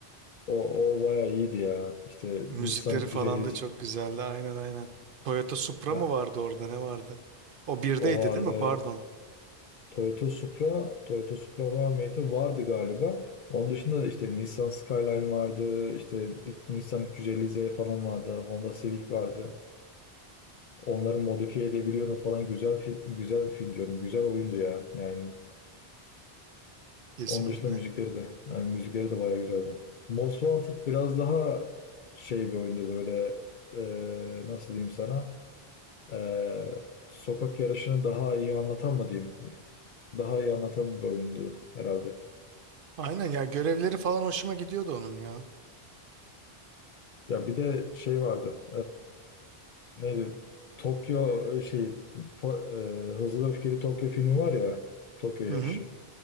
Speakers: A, on the left; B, on the right.
A: o, o bayağı iyiydi ya. İşte
B: Müzikleri
A: Nissan 350
B: falan da çok güzeldi. Aynen aynen. Toyota Supra
A: ha,
B: mı vardı orada ne vardı? O birdeydi
A: o vardı.
B: değil mi? Pardon.
A: Toyota Supra, Toyota Supra var mıydı? Vardı galiba. Onun dışında da işte Nissan Skyline vardı, işte Nissan 350Z falan vardı, Honda Civic vardı. Onları modifiye edebiliyordum falan. Güzel fi- güzel film diyorum. Güzel oyundu ya. Yani
B: Kesinlikle.
A: onun dışında müzikleri de, yani müzikleri de bayağı güzeldi. Most Wanted biraz daha şey bir oyundu böyle e, nasıl diyeyim sana? E, sokak yarışını daha iyi anlatan mı diyeyim? Daha iyi anlatan bir oyundu herhalde.
B: Aynen ya görevleri falan hoşuma gidiyordu onun ya.
A: Ya bir de şey vardı. Ee, neydi? Tokyo e, şey fo- e, Hızlı ve Öfkeli Tokyo filmi var ya. Tokyo yarışı.
B: Hı hı.